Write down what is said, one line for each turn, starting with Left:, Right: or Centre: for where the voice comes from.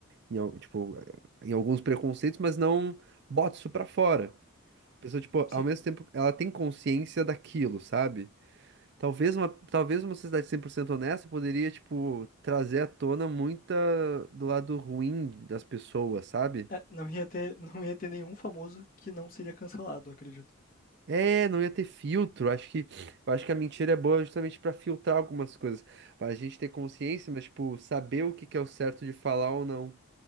Right: em, al- tipo, eh, em alguns preconceitos, mas não bota isso pra fora. A pessoa, tipo,
Left: Sim.
Right: ao mesmo tempo, ela tem consciência daquilo, sabe? Talvez uma, talvez uma sociedade 100% honesta poderia, tipo, trazer à tona muita do lado ruim das pessoas, sabe?
Left: É, não ia ter, não ia ter nenhum famoso que não seria cancelado, eu acredito.
Right: É, não ia ter filtro. Acho que, eu acho que a mentira é boa justamente pra filtrar algumas coisas, Pra gente ter consciência, mas tipo saber o que que é o certo de falar ou não,